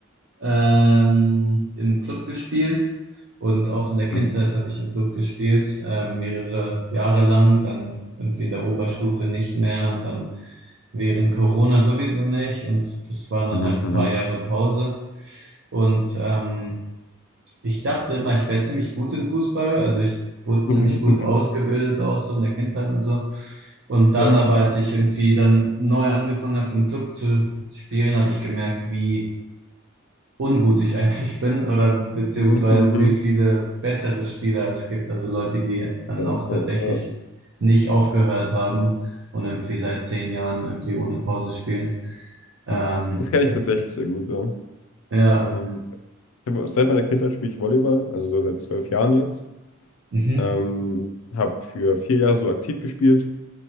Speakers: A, on the right; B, on the left.
A: ähm, im Club gespielt und auch in der Kindheit
B: Hm?
A: habe ich im Club gespielt, ähm, mehrere Jahre lang, dann irgendwie in der Oberstufe nicht mehr und dann während Corona sowieso nicht und das waren dann
B: Mhm,
A: halt ein
B: mhm.
A: paar Jahre Pause und ähm, ich dachte immer, ich wäre ziemlich gut in Fußball, also ich wurde
B: Mhm,
A: ziemlich
B: mhm.
A: gut
B: mhm.
A: ausgebildet auch so in der Kindheit und so. Und dann
B: Ja.
A: aber, als ich irgendwie dann neu angefangen habe, im Club zu spielen, habe ich gemerkt, wie ungut ich eigentlich bin oder beziehungsweise
B: Mhm, mhm.
A: wie viele bessere Spieler es gibt. Also Leute, die dann
B: Ja,
A: auch tatsächlich
B: ja, ja.
A: nicht aufgehört haben und irgendwie seit zehn Jahren irgendwie ohne Pause spielen. Ähm,
B: Hm. Das kenne
A: da,
B: ich tatsächlich sehr gut. Ja.
A: ja,
B: Ähm, ich hab, seit meiner Kindheit spiele ich Volleyball, also so seit zwölf Jahren jetzt.
A: mhm,
B: Ähm, habe für vier Jahre so aktiv gespielt,